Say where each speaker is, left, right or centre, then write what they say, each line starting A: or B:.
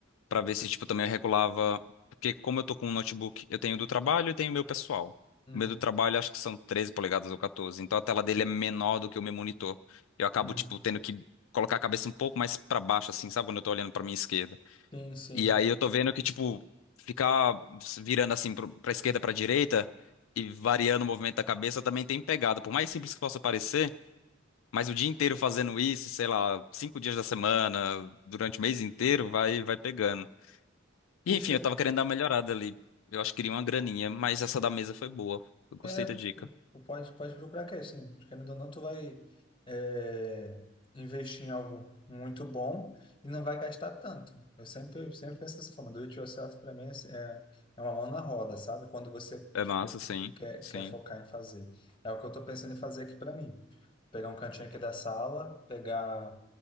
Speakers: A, on the left; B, on the left.
A: Pra ver se, tipo, também eu regulava. Porque como eu tô com um notebook, eu tenho do trabalho e tenho o meu pessoal.
B: uhum,
A: O meu do trabalho acho que são 13 polegadas ou 14. Então a tela dele é menor do que o meu monitor. Eu acabo,
B: uhum.
A: tipo, tendo que colocar a cabeça um pouco mais pra baixo, assim, sabe? Quando eu tô olhando pra minha esquerda.
B: Sim, sim.
A: E aí eu tô vendo que, tipo, ficar virando assim pro- pra esquerda, pra direita e variando o movimento da cabeça também tem pegado. Por mais simples que possa parecer, mas o dia inteiro fazendo isso, sei lá, cinco dias da semana, durante o mês inteiro, vai, vai pegando. E
B: Tu
A: enfim,
B: che-
A: eu tava querendo dar uma melhorada ali. Eu acho que queria uma graninha, mas essa da mesa foi boa. Eu gostei
B: É, tu,
A: da dica.
B: tu pode, pode procurar que é assim, querendo ou não, tu vai é, investir em algo muito bom e não vai gastar tanto. Eu sempre, sempre penso dessa forma, do it yourself para mim é, é é uma mão na roda, sabe? Quando você,
A: É
B: tipo,
A: massa, sim,
B: quer,
A: sim.
B: quer focar em fazer. É o que eu tô pensando em fazer aqui para mim. Pegar um cantinho aqui da sala, pegar,